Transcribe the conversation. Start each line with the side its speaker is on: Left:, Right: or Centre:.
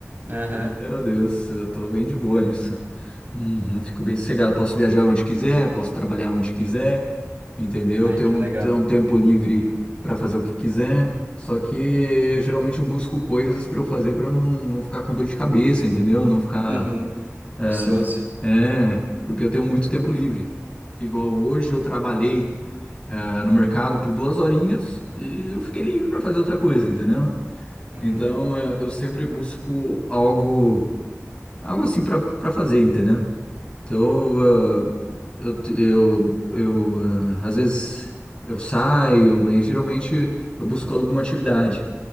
Right: Aham.
Left: E, meu Deus, eu tô bem de boa nisso. Uhum, fico bem sossegado. Posso viajar onde quiser, posso trabalhar onde quiser, entendeu?
Right: Ai,
Left: ter
Right: que
Left: um
Right: legal.
Left: ter um tempo livre para fazer o que quiser. Só que geralmente eu busco coisas para eu fazer para eu não, não ficar com dor de cabeça, entendeu? Não ficar.
Right: Uhum.
Left: É,
Right: Ocioso.
Left: não, f- é, porque eu tenho muito tempo livre. Igual hoje eu trabalhei, é, no mercado por duas horinhas e eu fiquei livre para fazer outra coisa, entendeu?
Right: Uhum.
Left: Então é, eu sempre busco algo, algo assim para para fazer, entendeu? Então, eh, eu, eu, eu, ah, às vezes eu saio, mas geralmente eu busco alguma atividade,